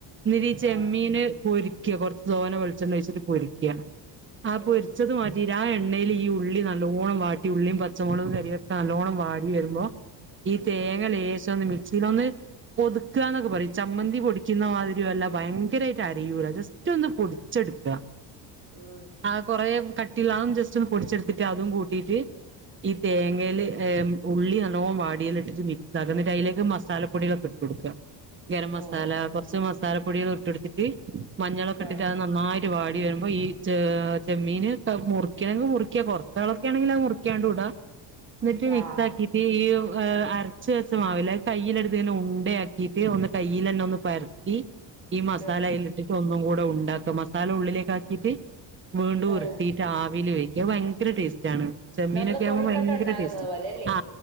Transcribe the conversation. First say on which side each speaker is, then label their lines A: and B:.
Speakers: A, on the right; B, on the right.
A: ന്നിട്ട് ചെമ്മീന്
B: ആഹ്
A: പൊരിക്കുക കൊറച്ചു തോനെ വെളിച്ചെണ്ണ ഒഴിച്ചിട്ട് പൊരിക്ക ആ
B: ഉം
A: പൊരിച്ചത് മാറ്റി ആ എണ്ണയിൽ ഈ ഉള്ളി നല്ലോണം വാ ട്ടി ഉുള്ളിയും പച്ചമുളകും കറിവേപ്പും നല്ലോണ്ണം വാടി വരുമ്പോ ഈ തേങ്ങ
B: ഉം
A: ലേശ ഒന്ന് മിക്സിൽ ഒന്ന് ഒതുക്കന്നൊക്കെ പറയും ചമ്മന്തി പൊടിക്കുന്ന മാതിരിയല്ല ഭയങ്കരായിട്ട് അരയൂല ജസ് റ്റന്ന് പൊടിച്ചെടുക്കുക.
B: ആഹ്
A: ആ കുറെ കട്ടിള്ള അത്യംജസ്റ്റ് ഒന്ന് പൊടിച്ചെടുത്തിട്ട് അതും കൂട്ടിട്ട് ഈ തേങ്ങൽ ഉള്ളി നല്ലോം വാടിയൽ ഇട്ടിട്ട് മിക്സ് ആക്ക ന്നിട്ട് അയിലേക്ക് മസാലപ്പൊടികളൊക്കെ കൊടുക്ക ഗരം മസാല
B: ഓ ഓ
A: കുറച്ച് മസാല പൊടികൾ ഇട്ടടുത്തിട്ട് മഞ്ഞളൊക്കെ ഇട്ടി
B: ആഹ്
A: നന്നായിട്ട് വാടി വരുമ്പോ ഈ ച ചെമ്മീന് മുറിക്കണെങ്കിൽ മുറിക്ക കുറച്ചളൊക്കെ ആണെങ്കി ആ മുറ ക്കാണ്ടുടാ ന്നിട്ട് മിക്സ്
B: ആഹ്
A: ആക്കി ഈ അരച്ച് വെച്ചമാവില്ലെ അത് കയ്യിലെടുത്ത്ങ്ങനെ ഉണ്ടയാക്കീയിട്ട് കയ്യിലന്നെ ഒന്ന് പര <unintelligible> ഈ മസാല
B: ആഹ്
A: അയ്ൽ ഇിട്ടിട്ട് ഒന്നും കൂടെ ഉണ്ടാക്ക മസാല ഉള്ളിലേക്ക് ആക്കിട്ട് വീണ്ടും
B: ആഹ്
A: ഉരുട്ടി ആവിയില് വേവിക്ക ഭയങ്കര ടേസ്റ്റ് ആണ് ചെമ്മീനൊക്കെ
B: നമ്മള് കൊഴുക്കട്ട
A: ആവുമ്പോ ഭയങ്കര
B: ഉണ്ടാകുന്നത്
A: ടേസ്റ്റ്ണ്
B: പോലെല്ലേ
A: ആ